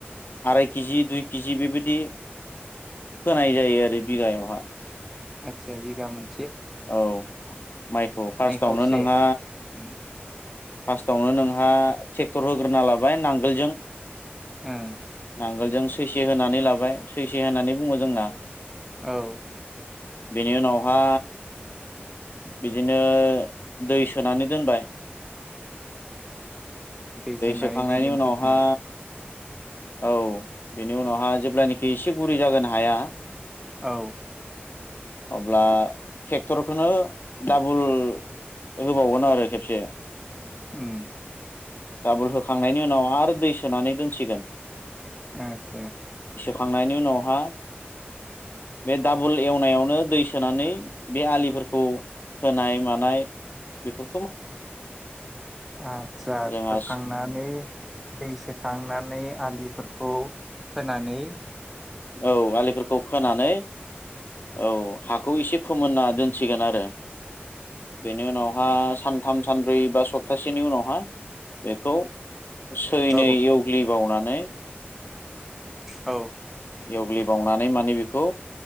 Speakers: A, on the left; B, in the centre.
A: आराय केजि दुइ केजि बेबायदि फोनाय जायो आरो बिगायावहा।
B: आतसा बिगा मोन
A: औ माइखौ फार्स्टावनो
B: नै खावसे
A: नोंहा
B: उम
A: फार्स्टावनो नोंहा ट्रेक्टर होग्रोना लाबाय नांगोलजों
B: ओं
A: नांगोलजों सैसे होनानै लाबाय सैसे होनानै बुङो जोंना।
B: औ।
A: बेनि उनावहा बिदिनो दै सोनानै दोनबाय।
B: दै सोननानै
A: सोखांनायनि
B: दोनगोन
A: उनावहा
B: फोखांना।
A: औ बेनि उनावहा जेब्लानेखि एसे गुरै जागोन हाया
B: औ।
A: अब्ला ट्रेक्टरखौनो डाबोल। होबावगोन आरो खेबसे।
B: उम।
A: डाबोल होखांनायनि उनाव आरो दै सोनानै दोनसिगोन।
B: आदसा।
A: खांनायनि उनावहा। बे डाबोल एवनायावनो दै सोनानै बे आलिफोरखौ। खोनाय मानाय बेफोर
B: आदसा
A: जोंहा
B: खोखांनानै दै सोखांनानै आलिफोरखौ फोनानै
A: औ आलिफोरखौ खोनानै औ हाखौ एसे फोमोनना दोनसिगोन आरो बेनि उनाव हा सानथाम सानब्रै बा सप प्तासेनि उनावहा बेखौ सैनै
B: ओ औ
A: एवग्लिबावनानै
B: औ।
A: एवग्लिबावनानै माने बेखौ